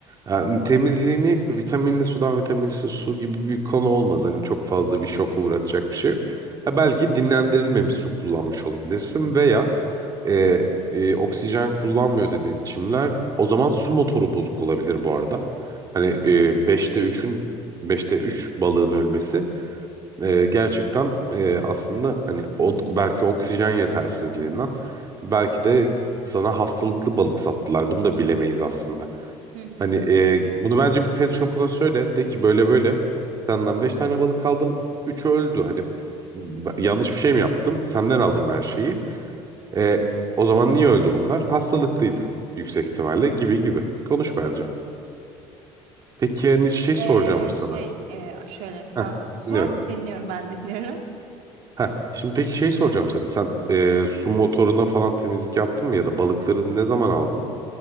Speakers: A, on the right (about 30°); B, on the right (about 80°).
A: Yani temizliğini vitaminli sudan vitaminsiz su gibi bir konu olmaz. Hani çok fazla bir şoka uğratacak bir şey yok. Ha, belki dinlendirilmemiş su kullanmış olabilirsin veya e, e, oksijen kullanmıyor dediğin çimler o zaman su motoru bozuk olabilir bu arada. Hani e, 5'te 3'ün 5'te 3 balığın ölmesi ee, gerçekten e, aslında hani o belki oksijen yetersizliğinden belki de sana hastalıklı balık sattılar. Bunu da bilemeyiz aslında.
B: Hı hı.
A: Hani e, bunu bence bir pet shop'una söyle de ki böyle böyle senden 5 tane balık aldım. 3'ü öldü. Hani b- yanlış bir şey mi yaptım? Senden aldım her şeyi. E, o zaman niye öldü bunlar? Hastalıklıydı yüksek ihtimalle gibi gibi. Konuş bence. Peki hani şey
B: Ee,
A: soracağım sana.
B: şey e, şöyle sen
A: Heh,
B: sor
A: dinliyorum.
B: dinliyorum ben dinliyorum.
A: Ha, şimdi peki şey soracağım sana. Sen e, su motoruna falan temizlik yaptın mı ya da balıkları ne zaman aldın?